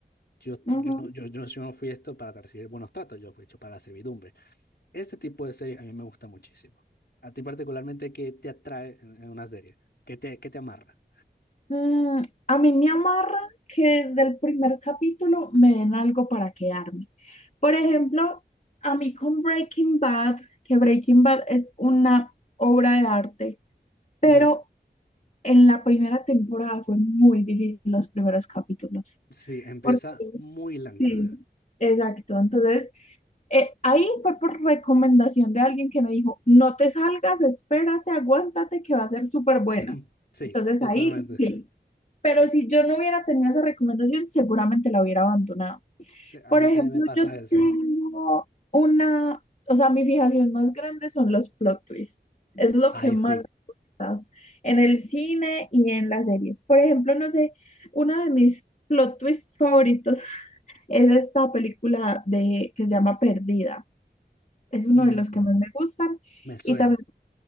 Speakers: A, on the left; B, on the left.
A: Yo,
B: ujú.
A: yo, no, yo, yo, yo no fui esto para recibir buenos tratos, yo fui hecho para la servidumbre. Este tipo de series a mí me gusta muchísimo. A ti particularmente, ¿qué te atrae en, en una serie? ¿Qué te, qué te amarra?
B: Mm, a mí me amarra que desde el primer capítulo me den algo para quedarme. Por ejemplo, a mí con Breaking Bad, que Breaking Bad es una obra de arte, pero
A: Ujú.
B: en la primera temporada fue muy difícil los primeros capítulos.
A: Sí, empieza
B: Porque
A: muy lento.
B: sí, exacto. Entonces, eh, ahí fue por recomendación de alguien que me dijo, no te salgas, espérate, aguántate, que va a ser súper buena.
A: <laughs> Sí,
B: Entonces
A: totalmente.
B: ahí sí pero si yo no hubiera tenido esa recomendación, seguramente la hubiera abandonado.
A: Sí, a
B: Por
A: mí
B: ejemplo,
A: también me pasa
B: yo
A: eso.
B: tengo una, o sea, mi fijación más grande son los plot twists. Es lo
A: Ay,
B: que más
A: sí.
B: me gusta en el cine y en las series. Por ejemplo, no sé, uno de mis plot twists favoritos es esta película de, que se llama Perdida. Es uno
A: Mm,
B: de los que más me gustan.
A: me suena.
B: Y también,